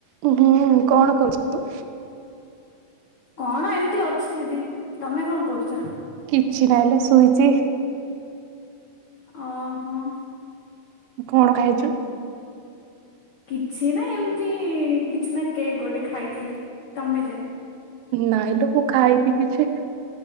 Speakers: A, on the right; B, on the left.
A: ହୁଁ, କଣ କରୁଛୁ ତୁ?
B: କଣ ଏମିତି ଅଛି ଦିଦି, ତୋମେ କଣ କରୁଚ?
A: କିଛି ନାହିଁ ଲୋ ଶୁଇଚି।
B: ଓ ହଁ।
A: କଣ ଖାଇଚୁ?
B: କିଛି ନା ଏମିତି କିଛି ନାଇ କେକ୍ ଗୋଟେ ଖାଇଥିଲି। ତୋମେ ଯା।
A: ନାଇଁ ଲୋ ମୁଁ ଖାଇନି କିଛି